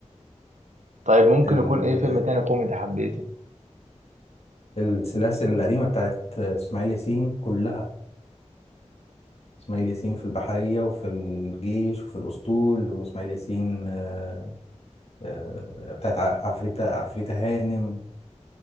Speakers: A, on the right; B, on the left.
A: طيب ممكن
B: ال-
A: يكون ايه فيلم تاني كوميدي حبيته
B: السلاسل القديمة بتاعت اسماعيل ياسين كلها اسماعيل ياسين في البحرية وفي الجيش وفي الأسطول واسماعيل ياسين آه آه بتاعت ع- عفريتة عفريتة هانم